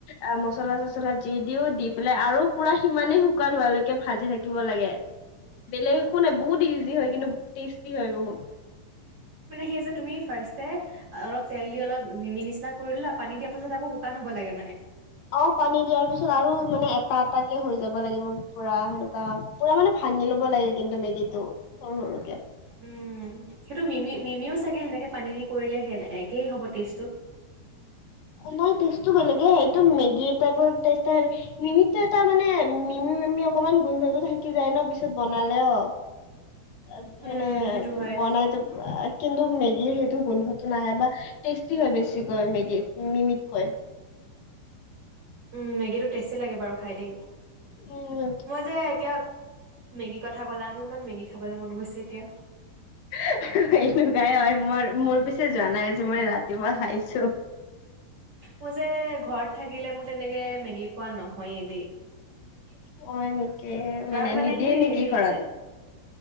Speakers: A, on the left (about 75°); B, on the right (about 45°).
A: অ মচলা চচলা দি দিওঁ দি পেলাই আৰু পুৰা সিমানেই শুকান হোৱালৈকে- কে ভাজি থাকিব লাগে বেলেগ একো নাই বহুত ইজি হয় কিন্তু টেষ্টি হয় বহুত।
B: মানে সেই যে তুমি ফাৰ্ষ্টতে অলপ তেল দি অলপ মিমি নিচি না কৰিলোৱা পানী দিয়াৰ পাছত আকৌ শুকান হ'ব লাগে মানে।
A: অ পানী দিয়াৰ পিছত আৰু মানে এটা এটাকে হৈ যাব লাগিব। পুৰা সেনেকুৱা পুৰা মানে ভাঙি লব লাগে কিন্তু মেগী টো সৰু সৰুকে।
B: উম, সেইটো মিমি মিমিও চাগে সেনেকে পানী দি কৰিলে সে একেই হ'ব টেষ্টটো।
A: নাই টেষ্টটো বেলেগে সেইটো মেগী টাইপৰ টেষ্ট আহে। মিমিটো এটা মানে মিমি মিমি অকমান গোন্ধটো থাকি যায় ন পিছত বনালেও। অ
B: উম,
A: মানে
B: সেইটো হয়।
A: বনাইতো পায় কিন্তু মেগীৰ সেইটো গোন্ধটো নাহে বা টেষ্টি হয় বেছিকৈ মেগী মিমিতকৈ।
B: উম, মেগীটো টেষ্টি লাগে বাৰু খাই দেই,
A: উম
B: মই যে এতিয়া মেগী কথা ক'লা মোৰ ইমান মেগী খাবলে মন গৈছে এতিয়া।
A: <unintelligible> এনেকুৱাই হয় মই মোৰ পিছ ছে জানাই আজি মই ৰাতিপুৱা খাইছোঁ।
B: মই যে ঘৰত থাকিলে মোৰ তেনেকে মেগী খোৱা নহয়ে দেই।
A: হয় নেকি
B: কাৰ মানে
A: নিদিয়ে
B: সেই
A: নেকি
B: হেৰি
A: ঘৰত
B: যে